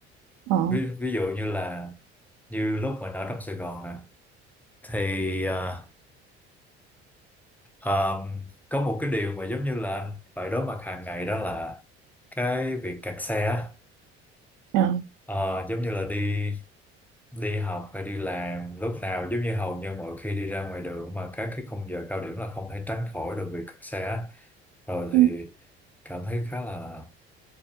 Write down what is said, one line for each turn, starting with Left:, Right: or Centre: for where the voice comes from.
Right: ờ,
Centre: ví, ví dụ như là như lúc mình ở trong Sài Gòn nè thì à, ờm, có một cái điều mà giống như là anh phải đối mặt hàng ngày đó là cái việc kẹt xe á
Right: ờ,
Centre: Ờ, giống như là đi đi học hay đi làm lúc nào giống như hầu như mỗi khi đi ra ngoài đường mà các cái khung giờ cao điểm là không thể tránh khỏi được việc kẹt xe á. rồi
Right: ừ,
Centre: thì cảm thấy khá là